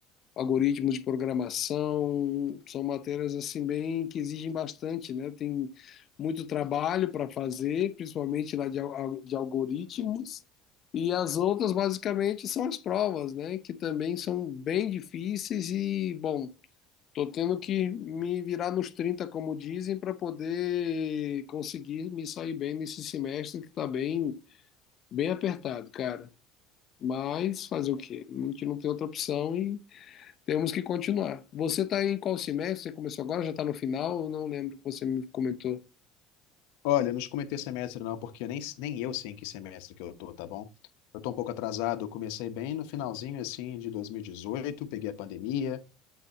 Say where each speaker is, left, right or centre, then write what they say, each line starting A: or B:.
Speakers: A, on the left; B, on the left.
A: algoritmos de programação, são matérias assim bem que exigem bastante, né? Tem muito trabalho para fazer, principalmente lá de, al- de algoritmos, e as outras basicamente são as provas, né? Que também são bem difíceis e, bom, tô tendo que me virar nos 30, como dizem, para poder conseguir me sair bem nesse semestre que está bem, bem apertado, cara. Mas fazer o quê? A gente não tem outra opção e temos que continuar. Você está em qual semestre? Você começou agora? Já está no final? Eu não lembro que você me comentou.
B: Olha, eu não te comentei semestre não, porque eu nem, nem eu sei em que semestre que eu tô, tá bom? Eu tô um pouco atrasado, eu comecei bem no finalzinho, assim, de 2018, peguei a pandemia,